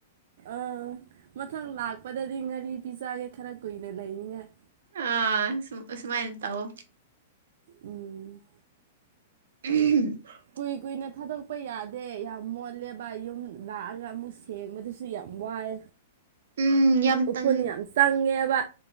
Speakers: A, on the right (about 65°); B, on the right (about 80°).
A: ꯑꯥ ꯃꯊꯪ ꯂꯥꯛꯄꯗꯗꯤ ꯉꯥꯔꯤ ꯄꯤꯖꯒꯦ ꯈꯔ ꯀꯨꯏꯅ ꯂꯩꯅꯤꯉꯥꯏ
B: ꯑ ꯑꯁꯨꯝ ꯑꯁꯨꯃꯥꯏꯅ ꯇꯧꯋꯣ
A: ꯎꯝ
B: <unintelligible>
A: ꯀꯨꯏ ꯀꯨꯏꯅ ꯊꯥꯗꯣꯛꯄ ꯌꯥꯗꯦ ꯌꯥꯝ ꯃꯣꯠꯂꯦꯕ ꯌꯨꯝ ꯂꯥꯛꯑꯒ ꯑꯃꯨꯛ ꯁꯦ__ ꯁꯦꯡꯕꯗꯨꯁꯨ ꯌꯥꯝ ꯋꯥꯏ
B: ꯎꯝ ꯌꯥꯝ
A: ꯎꯐꯨꯟ
B: ꯇꯟ
A: ꯌꯥꯝ ꯆꯪꯉꯦꯕ